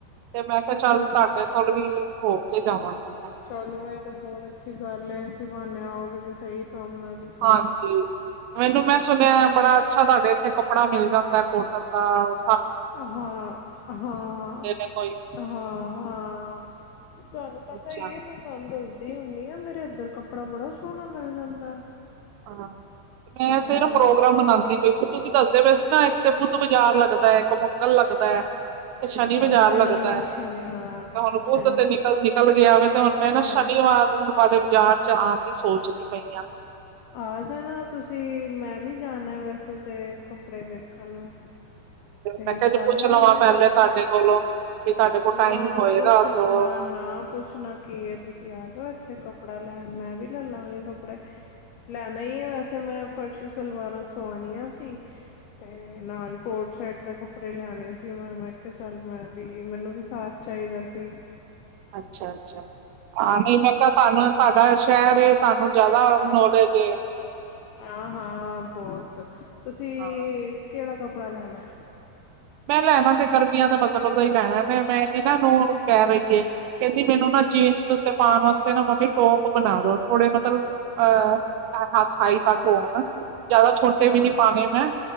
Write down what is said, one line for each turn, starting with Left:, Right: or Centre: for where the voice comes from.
Right: ਤੇ ਮੈਂ ਕਿਹਾ,
Left: ਅੱਛਾ-ਅੱਛਾ,
Right: ਚੱਲ ਤੁਹਾਡੇ ਕੋਲ ਵੀ ਹੋ ਕੇ ਜਾਵਾਂਗੀ ਤਾਂ।
Left: ਚਲੋ ਤੇ ਬਹੁਤ ਅੱਛੀ ਗੱਲ ਸੀ, ਬਹਾਨੇ ਆਓਗੇ ਤੇ ਸਹੀ ਕੰਮ ਨਾਲ ਹੀ ਸਹੀ।
Right: ਹਾਂਜੀ ਮੈਨੂੰ ਮੈਂ ਸੁਣਿਆ ਹੈ, ਬੜਾ ਅੱਛਾ ਤੁਹਾਡੇ ਇੱਥੇ ਕੱਪੜਾ ਮਿਲ ਜਾਂਦਾ ਕੋਟਨ ਆਹ,
Left: ਹਾਂ, ਹਾਂ, ਹਾਂ,
Right: ਨੇ ਕੋਈ
Left: ਹਾਂ। ਤੁਹਾਨੂੰ ਪਤਾ
Right: ਅੱਛਾ
Left: ਹੀ ਹੈ ਮਤਲਬ, ਤੁਹਾਨੂੰ ਦੱਸਦੀ ਹੁੰਦੀ ਆ, ਮੇਰੇ ਅੱਧਰ ਕੱਪੜਾ ਬੜਾ ਸੋਹਣਾ ਮਿਲ ਜਾਂਦਾ
Right: ਹਾਂ ਮੈਂ
Left: ਹਾਂ
Right: ਫੇਰ ਪ੍ਰੋਗਰਾਮ ਮਨਾਉਂਦੀ ਤੁਸੀਂ ਦੱਸਦੇ ਪਏ ਸੀ, ਨਾ ਇੱਕ ਤੇ ਬੁੱਧ ਬਾਜ਼ਾਰ ਲੱਗਦਾ, ਇੱਕ ਮੰਗਲ ਲੱਗਦਾ ਹੈ ਸੰਨੀ
Left: ਹਾਂ
Right: ਬਾਜ਼ਾਰ
Left: ਸ਼ਨੀ
Right: ਲੱਗਦਾ ਹੈ,
Left: ਸ਼ਨੀ ਹਾਂ
Right: ਤੇ ਹੁਣ ਬੁੱਧ
Left: ਸ਼ਨੀ
Right: ਤੇ ਵੀ ਕੱਲ ਨਿਕਲ ਗਿਆ ਵਾ, ਤੇ ਹੁਣ ਮੈਂ ਨਾ
Left: ਹਾਂ
Right: ਸ਼ਨੀਵਾਰ ਵਾਲੇ ਬਾਜ਼ਾਰ ਚ ਆਉਣ ਦੀ ਸੋਚਦੀ ਪਈ ਹਾਂ
Left: ਆ ਜਾਣਾ ਤੁਸੀਂ, ਮੈਂ ਵੀ ਜਾਣਾ ਵੈਸੇ ਤੇ ਕੱਪੜੇ ਵੇਖਣ ਤੇ
Right: ਮੈਂ ਕਿਹਾ
Left: ਚੱਲ
Right: ਜੇ ਪੁੱਛ
Left: ਆਵਾਂਗੇ
Right: ਲਵਾਂ
Left: ਇਕੱਠੇ,
Right: ਪਹਿਲੇ ਤੁਹਾਡੇ ਕੋਲੋਂ ਵੀ ਤੁਹਾਡੇ ਕੋਲ ਟਾਈਮ
Left: ਨਾ
Right: ਹੋਏਗਾ
Left: ਪੁੱਛ ਨਾ,
Right: ਤੋ
Left: ਨਾ, ਪੁੱਛਣਾ ਕੀ ਹੈ, ਤੁਸੀਂ ਆ ਜਾਓ ਇੱਥੇ ਕੱਪੜਾ ਲੈਣ ਮੈਂ ਵੀ। ਲੈ ਲਾਂਗੇ, ਕੱਪੜੇ ਲੈਣਾ ਹੀ ਹੈ ਵੈਸੇ, ਤੇ ਮੈਂ ਫਰਸ਼ੀ ਸਲਵਾਰਾਂ ਸੁਵਾ ਆਣੀਆਂ ਸੀ। ਤੇ ਨਾਲ ਕੋਰਡ ਸੈੱਟ ਦੇ ਕੱਪੜੇ ਲਿਆਣੇ ਸੀ, ਮੈਂ ਮੈਂ ਕਿਹਾ ਚੱਲ ਮੈਂ ਵੀ ਮੈਨੂੰ ਵੀ ਸਾਥ ਚਾਹੀਦਾ ਸੀ।
Right: ਅੱਛਾ, ਅੱਛਾ। ਹਾਂ ਨਹੀਂ ਮੈਂ ਕਿਹਾ, ਤੁਹਾਨੂੰ ਤੁਹਾਡਾ ਸ਼ਹਿਰ ਏ ਤੁਹਾਨੂੰ ਜਿਆਦਾ ਨੌਲੇਜ
Left: ਆਹ ਹਾਂ, ਬਹੁਤ ਤੁਸੀਂ
Right: ਹਾਂ
Left: ਕਿਹੜਾ ਕੱਪੜਾ ਲੈਣਾ?
Right: ਮੈਂ ਲੈਣਾ ਤੇ ਗਰਮੀਆਂ ਦੇ ਮਤਲਬ ਦਾ ਹੀ ਲੈਣਾ, ਨੇ ਮੈਂ ਇਹਨਾਂ ਨੂੰਹ ਕਹਿ ਰਹੀ ਹੈ। ਕਹਿੰਦੀ ਮੈਨੂੰ ਨਾ ਜੀਨਸ ਦੇ ਉੱਤੇ ਪਾਉਣ, ਵਾਸਤੇ ਨਾ ਮੰਮੀ ਟੋਪ ਬਣਾ ਦੋ ਥੋੜੇ ਮਤਲਬ ਅਹ ਹਾਂ ਅਠਾਈ ਦਾ ਕੌਮ, ਜਿਆਦਾ ਛੋਟੇ
Left: ਹਾਂ
Right: ਵੀ ਨੀ ਪਾਉਣੇ, ਮੈਂ